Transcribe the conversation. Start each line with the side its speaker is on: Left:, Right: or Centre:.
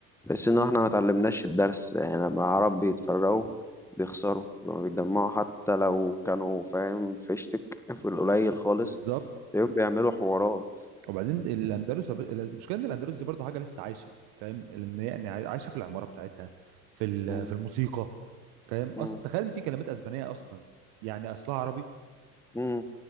Centre: تحس ان احنا ما اتعلمناش الدرس يعني لما العرب بيتفرقوا بيخسروا لما بيتجمعوا حتى لو كانوا فاهم فيشتك في القليل خالص
Right: بالظبط
Centre: تلاقيهم بيعملوا حوارات
Right: وبعدين الاندلس المشكله ان الاندلس دي برضه حاجه لسه عايشه فاهم لان هي يعني عايشه في العماره بتاعتها في ال-
Centre: مم.
Right: في الموسيقى فاهم أص...
Centre: مم.
Right: تخيل ان في كلمات اسبانيه اصلا يعني اصلها عربي
Centre: مم.